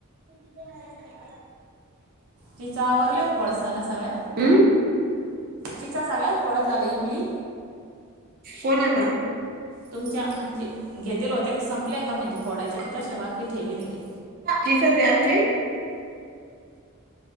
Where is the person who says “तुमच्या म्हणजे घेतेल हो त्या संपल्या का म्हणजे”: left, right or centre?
Right